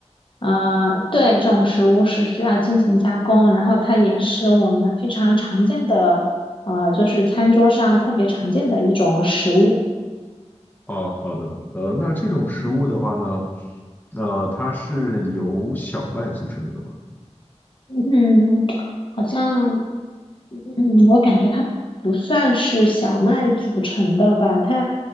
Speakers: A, on the left; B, on the left.
A: 呃，对，这种食物是需要进行加工，然后它也是我们非常常见的，呃，就是餐桌上特别常见的一种食物。
B: 哦，好的。呃，那这种食物的话呢，呃，它是由小麦组成的吗？
A: 嗯，好像，嗯，我感觉它不算是小麦组成的吧，它，